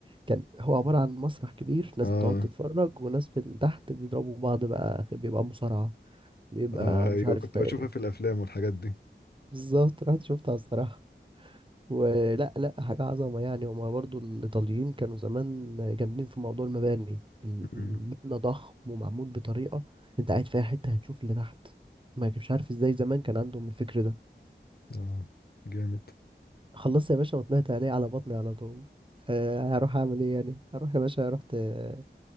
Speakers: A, on the right (about 30°); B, on the left (about 60°).
A: كان هو عبارة عن مسرح كبير ناس
B: اه
A: بتقعد تتفرج وناس في تحت بيضربوا بعض بقى بيبقى مصارعة بيبقى
B: اه ايوه
A: مش عارف
B: كنت
A: ايه
B: بشوفها في الافلام والحاجات دي
A: بالظبط رحت شفتها الصراحة ولا لا حاجة عظمة يعني هما برضو الإيطاليين كانوا زمان جامدين في موضوع المباني ال- المبنى
B: مم.
A: ضخم ومعمول بطريقة أنت قاعد في أي حتة هتشوف اللي تحت ما مش عارف إزاي زمان كان عندهم الفكر ده
B: اه جامد
A: خلصت يا باشا وطلعت عليه على بطني على طول أه هروح أعمل إيه يعني هروح يا باشا رحت آه،